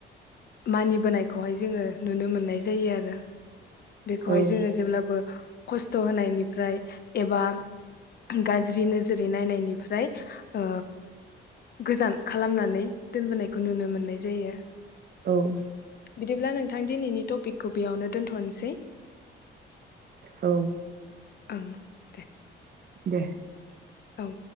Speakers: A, on the left (about 55°); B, on the right (about 50°).
A: मानिबोनायखौहाय जोङो नुनो मोननाय जायो आरो बेखौहाय
B: औ
A: जोङो जेब्लाबो खस्थ' होनायनिफ्राय एबा गाज्रि नोजोरै नायनायनिफ्राय ओ गोजान खालामनानै दोनबोनायखौ नुनो मोननाय जायो
B: औ औ
A: बिदिब्ला नोंथां दिनैनि पिकखौ बेयावनो दोनथ'नोसै
B: औ
A: ओं दे
B: दे
A: औ